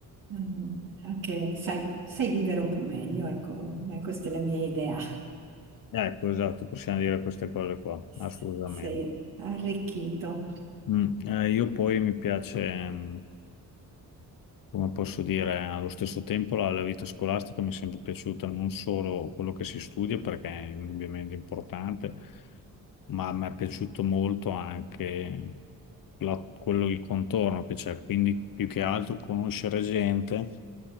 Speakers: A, on the right; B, on the left.
A: ehm, anche sai, sai vivere un po' meglio, ecco, eh, questa è la mia idea.
B: Ecco, esatto, possiamo dire queste cose qua,
A: S-
B: assolutamente.
A: Sei arricchito.
B: Mm, eh, io poi mi piace, mm, come posso dire, allo stesso tempo la, la vita scolastica mi è sempre piaciuta, non solo quello che si studia, perché è indubbiamente importante, ma mi è piaciuto molto anche la- quello, il contorno che c'è, quindi più che altro conoscere gente